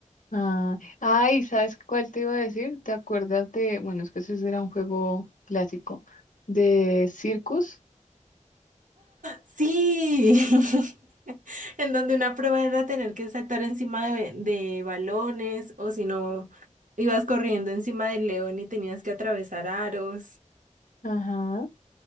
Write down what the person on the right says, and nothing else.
Sí, <laughs> en donde una prueba era tener que saltar encima de, de balones o si no, ibas corriendo encima del león y tenías que atravesar aros.